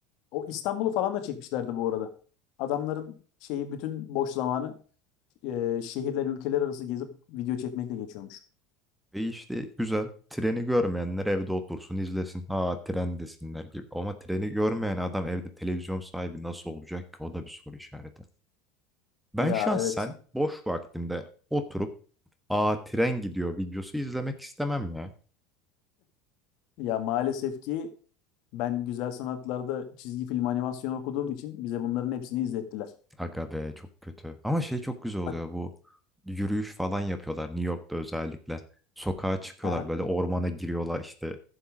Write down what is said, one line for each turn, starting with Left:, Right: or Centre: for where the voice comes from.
Left: O İstanbul'u falan da çekmişlerdi bu arada. Adamların şeyi bütün boş zamanı e, şehirler ülkeler arası gezip video çekmekle geçiyormuş.
Centre: Ve işte güzel. Treni görmeyenler evde otursun izlesin. Ha tren desinler gibi. Ama treni görmeyen adam evde televizyon sahibi nasıl olacak ki? O da bir soru işareti. Ben
Left: Ya
Centre: şahsen
Left: evet.
Centre: boş vaktimde oturup Aa tren gidiyor videosu izlemek istemem ya.
Left: Ya maalesef ki ben güzel sanatlarda çizgi film animasyon okuduğum için bize bunların hepsini izlettiler.
Centre: Aga be çok kötü. Ama şey çok güzel oluyor
Left: Bak,
Centre: bu yürüyüş falan yapıyorlar New York'ta özellikle. Sokağa çıkıyorlar
Left: aha,
Centre: böyle ormana giriyorlar işte